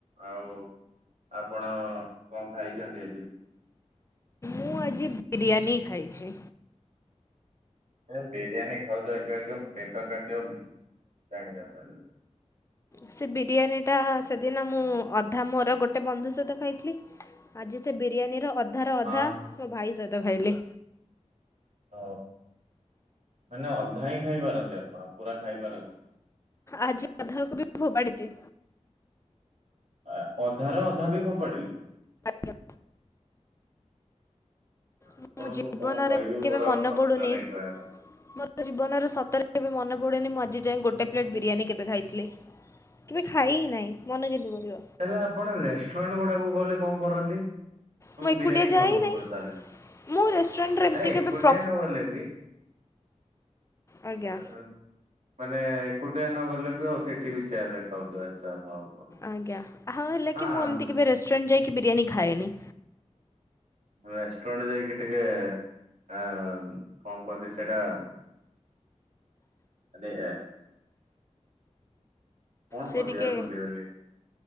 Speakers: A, on the right; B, on the left.
A: ଆଉ ଆପଣ କଣ ଖାଇଛନ୍ତି ଆଜି?
B: ମୁଁ ଆଜି ବିରିୟାନୀ ଖାଇଚି।
A: ତମେ ବିରିୟାନୀ ଖାଉଚ ଏକା ଏକା ପେଟ କାଟିବ। <unintelligible>
B: ସେ ବିରିୟାନୀଟା ସେଦିନ ମୁଁ ଅଧା ମୋର ଗୋଟେ ବନ୍ଧୁ ସହିତ ଖାଇଥିଲି। ଆଜି ସେ ବିରିୟାନୀର ଅଧାର ଅଧା
A: ହଁ
B: ମୋ ଭାଇ ସହିତ ଖାଇଲି।
A: ଓ, ମାନେ ଅଧା ହିଁ ଖାଇପାରନ୍ତି ଆପଣ ପୁରା ଖାଇପାରନ୍ତିନି।
B: ଆଜି ଅଧାକୁ ବି ଫୋପାଡ଼ିଚି।
A: ଆ ଅଧାର ଅଧା ବି ଫୋପାଡିଲେ।
B: ଆଜ୍ଞା। ମୁଁ
A: ଆପଣଙ୍କୁ
B: ମୋ ଜୀବନରେ
A: କଣ କହିବି
B: କେବେ
A: ମୋର
B: ମନେ
A: ଆଉ ଶବ୍ଦ
B: ପଡୁନି
A: ନାହିଁ କହିବା ପାଇଁ।
B: ମୋ ଜୀବନର ସତରେ କେବେ ମନ ପଡ଼େନି ମୁଁ ଆଜି ଯାଇଁ ଗୋଟେ ପ୍ଲେଟ୍ ବିରିୟାନୀ କେବେ ଖାଇଥିଲି। କେବେ ଖାଇ ହିଁ ନାହିଁ, ମନେ କେମତି ପଡ଼ିବ।
A: ତାହେଲେ ଆପଣ ରେଷ୍ଟୁରାଣ୍ଟ ଗୁଡାକୁ ଗଲେ କଣ କରନ୍ତି?
B: ମୁଁ ଏକୁଟିଆ
A: ବିରିୟାନୀ ଖାଉନଥୁଅ
B: ଯାଏ ହିଁ ନାହିଁ।
A: ତାହେଲେ,
B: ମୁଁ ରେଷ୍ଟୁରାଣ୍ଟରେ ଏମିତି
A: ଆରେ
B: କେବେ
A: ଏକୁଟିଆ
B: ପ୍ର
A: ନ ଗଲେ ବି
B: ଆଜ୍ଞା।
A: <unintelligible> ମାନେ ଏକୁଟିଆ ନ ଗଲେ ବି ଓ ସେ ଠି ବି ସେୟା ଦେଖାହଉ ଥିବା ଆଚ୍ଛା ହଉ ହଉ।
B: ଆଜ୍ଞା ଆଉ ହେଲା
A: ହଁ
B: କି ମୁଁ ଏମିତି କେବେ ରେଷ୍ଟୁରାଣ୍ଟ ଯାଇକି ବିରିୟାନୀ ଖାଏନି।
A: ରେଷ୍ଟୁରାଣ୍ଟ ଯାଇକି ଟିକେ ଅ କଣ କୁହନ୍ତି ସେଇଟା ଆନେ କୁହନ୍ତି
B: ସେ ଟିକେ
A: ୟାର ଭୁଲିଗଲି।